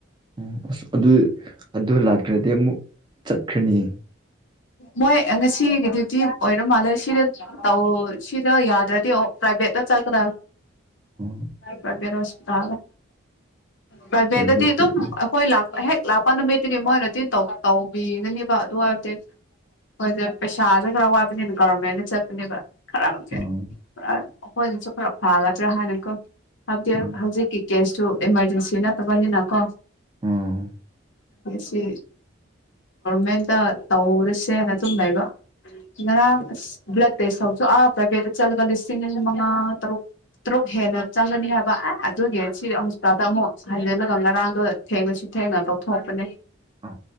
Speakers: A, on the right; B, on the left.
A: ꯑꯣ ꯑꯁ ꯑꯗꯨ ꯑꯗꯨ ꯂꯥꯛꯇ꯭ꯔꯗꯤ ꯑꯃꯨꯛ ꯆꯠꯈ꯭ꯔꯅꯤ
B: ꯃꯣꯏ ꯉꯁꯤꯒꯤ ꯗ꯭ꯌꯨꯇꯤ ꯑꯣꯏꯔ ꯃꯥꯜꯂꯦ ꯁꯤꯗ ꯇꯧ ꯁꯤꯗ ꯌꯥꯗ꯭ꯔꯗꯤ ꯑꯣ ꯄ꯭ꯔꯥꯏꯚꯦꯠ ꯆꯥꯛꯈꯗꯥ
A: ꯎꯝ
B: ꯄꯚꯦ ꯅꯄꯤꯇꯥ ꯄꯕꯗꯗꯤ
A: ꯄ꯭ꯔꯥꯏꯚꯦꯠ
B: ꯑꯗꯨ
A: ꯆꯠꯂꯦ
B: ꯍꯣꯏ ꯂꯥꯛ ꯍꯦꯛ ꯂꯥꯛꯄ ꯅꯨꯃꯤꯠꯇꯨꯒꯤ ꯃꯣꯏꯅ ꯇꯤꯟ ꯇꯧꯕꯤꯒꯅꯦꯕ ꯑꯗꯨ ꯍꯥꯏꯕꯗꯤ ꯍꯣꯏꯁ ꯄꯩꯁꯥꯥꯁꯦ ꯈꯔ ꯋꯥꯠꯄꯅꯤꯅ ꯒꯕꯔꯃꯦꯦꯟꯟꯅ ꯆꯠꯄꯅꯦꯕ ꯈꯔꯒꯝꯁ
A: ꯎꯝ
B: ꯑꯩꯈꯣꯏꯅꯁꯨ ꯄꯨꯔ ꯐꯥꯒꯗ꯭ꯔꯥ ꯍꯥꯏꯅꯀ ꯍꯥꯏꯕꯗꯤ
A: ꯎꯝ
B: ꯍꯧꯖꯤꯛꯀꯤ ꯀꯦꯁꯁꯨꯨ ꯏꯃꯥꯔꯖꯦꯟꯁꯤ ꯅꯠꯇꯕꯅꯤꯅ ꯀꯣ
A: ꯎꯝ
B: ꯁꯤ ꯃꯦꯟ ꯇ ꯇꯧꯔꯁꯦꯅ ꯑꯗꯨꯨꯝ ꯂꯩꯕ ꯉꯔꯥꯡ ꯕ꯭ꯂꯠ ꯁꯁꯨ ꯄꯔ ꯐꯦꯔ ꯆꯂꯒ ꯂꯤꯁꯤꯡ ꯃꯉ ꯇꯔꯣ ꯇꯔꯨꯛ ꯍꯦꯟꯅ ꯆꯪꯒꯅꯤ ꯍꯥꯏꯕ ꯑꯦ ꯑꯗꯨꯒꯤ ꯁꯤ ꯍꯣꯁꯄꯤꯇꯥꯜꯗ ꯑꯃꯨꯛ ꯍꯟꯖꯤꯜꯂꯒ ꯉꯔꯥꯡꯒ ꯊꯦꯡꯅꯁꯤ ꯊꯅ ꯇꯧ ꯊꯣꯛꯔꯄꯅꯦ
A: ꯑ